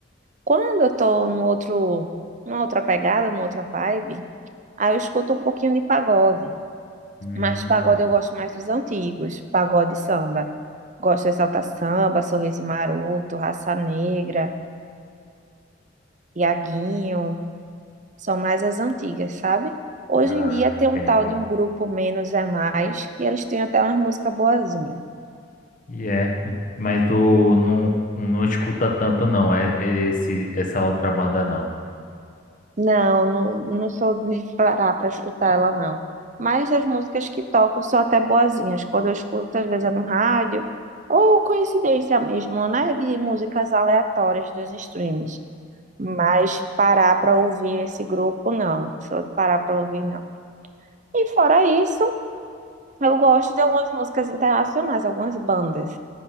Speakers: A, on the right; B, on the left.
A: Quando eu tô no outro, numa outra pegada, numa outra vibe, aí eu escuto um pouquinho de pagode.
B: hum,
A: Mas de pagode eu gosto mais dos antigos, pagode e samba. Gosto de Exalta Samba, Sorriso Maroto, Raça Negra, Iaguinho. São mais as antigas, sabe? Hoje
B: ah,
A: em dia tem
B: entendo.
A: um tal de um grupo Menos é Mais, que eles têm até umas músicas boazinhas.
B: E é, <laughs> mas tu não, não escuta tanto não, é, é esse, essa outra banda não.
A: Não, não, não sou de parar para escutar ela, não. Mas as músicas que tocam são até boazinhas. Quando eu escuto, às vezes é no rádio, ou coincidência mesmo, né? De músicas aleatórias dos streams. mas parar para ouvir esse grupo, não. Só parar para ouvir, não. E fora isso, eu gosto de algumas músicas internacionais, algumas bandas.